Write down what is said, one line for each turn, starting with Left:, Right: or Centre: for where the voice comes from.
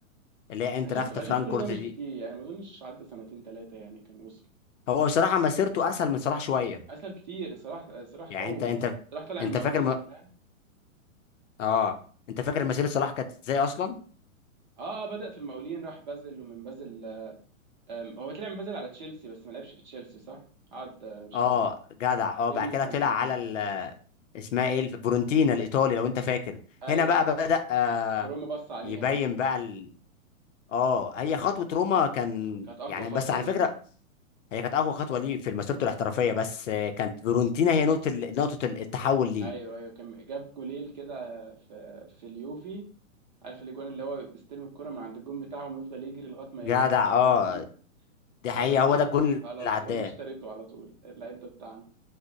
Left: اللي هي انتراخت
Right: انا شايف انا
Left: فرانكفورت
Right: شايف كل ده مش
Left: دي
Right: كتير يعني ما اظنش عدى سنتين ثلاثه يعني كان وصل
Left: هو بصراحه مسيرته اسهل من صلاح شويه
Right: اسهل كتير صلاح صلاح
Left: يعني
Right: طول
Left: انت انت
Right: صلاح طلع
Left: انت
Right: من المقاولين
Left: فاكر م...
Right: فاهم
Left: اه انت فاكر مسيره صلاح كانت ازاي اصلا
Right: اه آه، بدا في المقاولين راح بازل ومن بازل آم، هو طلع من بازل على تشيلسي بس ما لعبش في تشيلسي صح قعد آه، مش
Left: اه
Right: عارف
Left: جدع اه
Right: مورينيو
Left: بعد كده
Right: كان
Left: طلع على ال... اسمها ايه الف- فيورنتينا الايطالي لو انت فاكر
Right: ايوه
Left: هنا بقى بدأ آه
Right: روما بص عليه
Left: يبين
Right: هنا بقى
Left: بقى ال... اه هي خطوه روما كان
Right: كانت اقوى
Left: يعني
Right: خطوه
Left: بس على
Right: ليه
Left: فكره هي كانت اقوى خطوه ليه في مسيرته الاحترافيه بس آه، كانت فيرونتينا هي نقطه ال- نقطه ال- التحول ليه
Right: ايوه ايوه كان جاب جوليل كده في في اليوفي عارف الاجوان اللي هو بيستلم الكره من عند الجون بتاعهم ويفضل يجري لغايه ما
Left: جدع
Right: يجيب الكره
Left: اه
Right: في الجون
Left: دي حقيقه
Right: عملها
Left: هو ده الجون
Right: خلاص
Left: اللي عداه
Right: روما اشترته على طول اللعيب ده بتاعنا